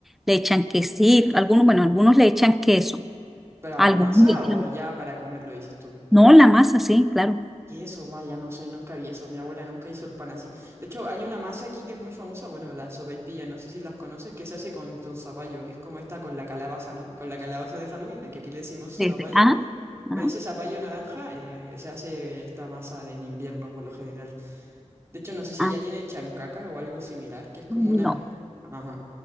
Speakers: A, in the centre; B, on the right (about 20°).
A: le echan quesito, algunos, bueno, algunos le echan queso,
B: ¿Para
A: algunos
B: la masa
A: le echan,
B: o ya para comerlo, dices tú?
A: no, la masa, sí, claro.
B: ¿Qué eso? Vaya, no sé, nunca vi eso. Mi abuela nunca hizo el pan así. De hecho, hay una masa aquí que es muy famosa, bueno, la sopaipilla, no sé si las conoces, que se hace con, con zapallo, que es como esta con la calabaza, ¿no? Con la calabaza de Halloween, que aquí le decimos
A: Desde,
B: zapallo.
A: ah, ah,
B: Con ese zapallo naranja eh, se hace esta masa de en invierno por lo general. De hecho, no sé si
A: ah,
B: ella tiene chancaca o algo similar, que es como
A: no,
B: una Ajá.